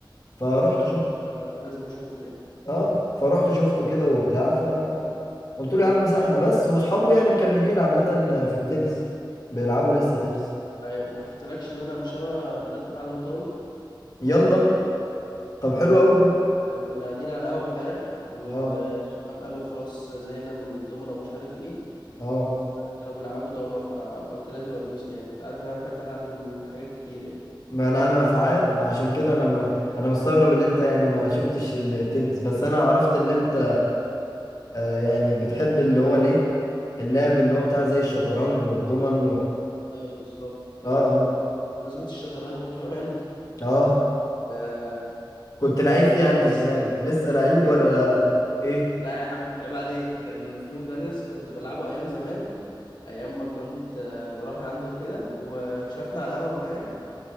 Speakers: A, on the left; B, on the left.
A: فرحت
B: لا
A: شفت
B: آه، لازم أشوفه يعني
A: اه فرحت شفته كده وبتاع ف قلت له يا عم سهلة بس وأصحابه يعني مكملين عامة في التنس بيلعبوا لسه تنس
B: أيوة ما حكيتلكش إن أنا مش أنا بدأت أتعلم طاولة
A: يلا طب حلو قوي ده
B: آه، كنا قاعدين على القهوة امبارح مم. والشباب
A: اه
B: قالوا خلاص زهقنا من الدومينو ومش عارف ايه
A: اه
B: فكانوا بيلعبوا طاولة فقلت لازم ادوس يعني انت عارف ان انا بحب اتعلم حاجات كتير يعني
A: ما انا انا ف- عارف ما عشان كده انا ما انا مستغرب اللي انت يعني ما شفتش التنس بس انا عرفت اللي انت آه يعني بتحب اللي هو الايه اللعب اللي هو بتاع زي الشطرنج والضمن
B: ايوه بالظبط
A: اه
B: آه، بمناسبة الشطرنج كمان
A: اه اه
B: آه،
A: كنت لعيب فيها انت
B: بس
A: زمان لسه لعيب
B: ايه
A: ولا لا؟ ايه
B: لا يا عم عيب عليك كان في مدرس كنت بلعبه ايام زمان ايام ما كنت آه، بروح عنده كده وشافنا على القهوة امبارح